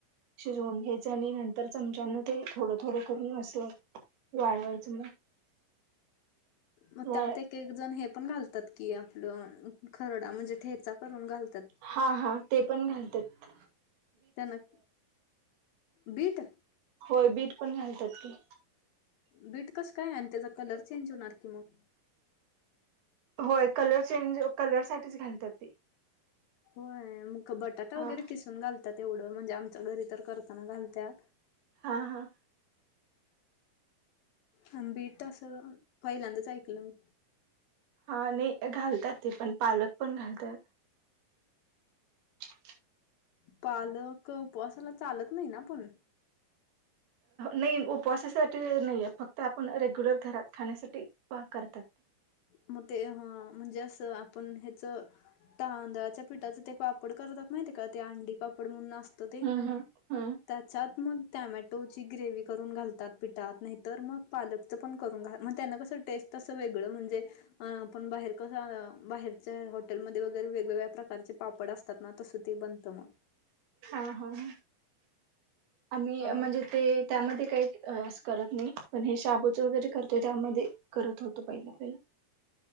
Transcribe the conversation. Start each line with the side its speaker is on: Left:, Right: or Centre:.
Right: शिजवून घ्यायचं आणि नंतर चमच्यान ते थोडं थोडं करून असं वाळवायच म
Left: मग
Right: वाळ
Left: त्यात एक एक जण हे पण घालतात कि आपलं खरडा म्हणजे ठेचा करून घालत्यात.
Right: हा हा ते पण घालत्यात.
Left: त्यांन बीट.
Right: होय बीट पण घालतात की.
Left: बीट कस काय आणि त्याचा कलर चेंज होणार की मग.
Right: होय कलर चेंज कलरसाठीच घालतात ते.
Left: होय, मग बटाटा
Right: हा.
Left: वगैरे किसून घालतात एवढं म्हणजे आमच्या घरी तर करताना घालत्या.
Right: हा हा
Left: अन बीट असं पहिल्यांदाच ऐकलं मी.
Right: हा नाही घालतात ते पण पालक पण घालतात. <inaudible>
Left: पालक उपवासाला चालत नाही ना पण?
Right: नाही उपवासासाठी नाही आहे, फक्त आपण रेग्युलर घरात खाण्यासाठी करतात.
Left: मग ते हम्म म्हणजे असं आपण ह्याचं तांदळाच्या पिठाच ते पापड करतात माहिती का ते अंडी पापड म्हणून असत ते
Right: हम्म हम्म. हम्म
Left: त्याच्यात मग टॅमॅटोची ग्रेव करून घालतात पिठात नाहीतर मग पालक पण करून घा मग त्यांना कसं टेस्ट असं वेगळं म्हणजे अ आपण बाहेर कस बाहेरच्या हॉटेलमध्ये वगैरे वेगवेगळ्या प्रकारचे पापड अस सतात ना तसं ते बनत मग.
Right: हा हा हा आम्ही
Left: हा.
Right: म्हणजे ते त्यामध्ये काही अ अस करत नाही, पण हे शाबूचं वगैरे करतोय त्यामध्ये करत होतो पहिलं पहिल.